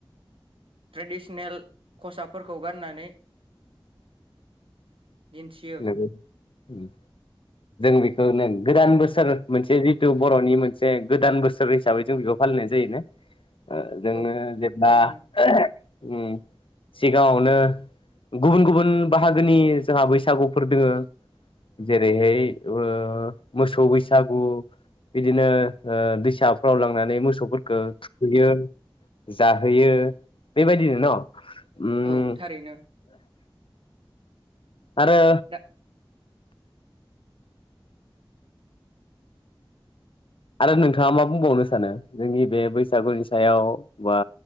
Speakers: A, on the right; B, on the left.
A: ट्रेडिसनेल खसाफोरखौ गाननानै दिन्थियो
B: <inaudible> जों बेखौनो गोदान बोसोर मोनसे जिथु बर'नि मोनसे गोदान बोसोर हिसाबै जों बेखौ फालिनाय जायो ने ओ जोंनो
A: औ
B: जेब्ला
A: थारैनो
B: ओ सिगाङावनो गुबुन-गुबुन बाहागो गोनि जोंहा बैसागु फोरबो जेरैहाय ओ मोसौ बैसागु बिदिनो ओ दैसाफ्राव लांनान नै मोसौफोरखौ थुखैयो। जाहोयो बेबायदिनो न उम
A: औ थारैनो।
B: आरो
A: दा
B: आरो नोंथाङा मा बुंबावनो सानो जोंनि बे बैसागुनि सायाव बा